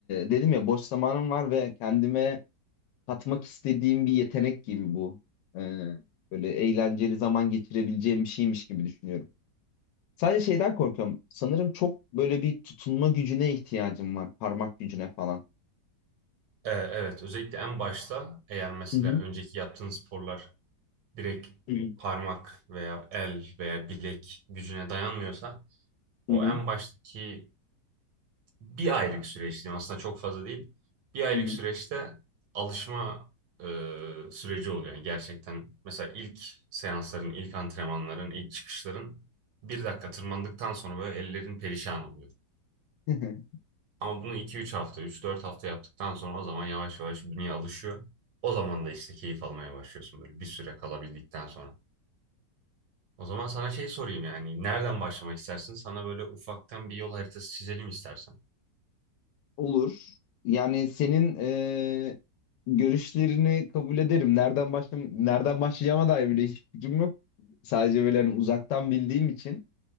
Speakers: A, on the left (about 80°); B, on the right (about 80°).
A: dedim ya boş zamanım var ve kendime katmak istediğim bir yetenek gibi bu E, böyle eğlenceli zaman geçirebileceğim bir şeymiş gibi düşünüyorum. Sadece şeyden korkuyorum sanırım çok böyle bir tutunma gücüne ihtiyacım var parmak gücüne falan.
B: Ee, evet, özellikle en başta eğer mesela
A: Hı hı.
B: önceki yaptığın sporlar direkt
A: Hı hı.
B: parmak veya el veya bilek gücüne dayanmıyorsa o
A: Hı hı.
B: en baştaki bir aylık süreç diyeyim aslında çok fazla değil. Bir aylık
A: Hı
B: süreçte alışma e, süreci oluyor. Yani gerçekten mesela ilk seansların, ilk antrenmanların, ilk çıkışların bir dakika tırmandıktan sonra böyle ellerin perişan oluyor.
A: hı. <laughs>
B: Ama bunu iki üç hafta, üç dört hafta yaptıktan sonra o zaman yavaş yavaş bünye alışıyor. O zaman da işte keyif almaya başlıyorsun böyle bir süre kalabildikten sonra. O zaman sana şey sorayım yani nereden başlamak istersin? Sana böyle ufaktan bir yol haritası çizelim istersen.
A: Olur. Yani senin eee, görüşlerini kabul ederim. Nereden başlam nereden başlayacağıma dair bile hiç fikrim yok. Sadece böyle hani uzaktan bildiğim için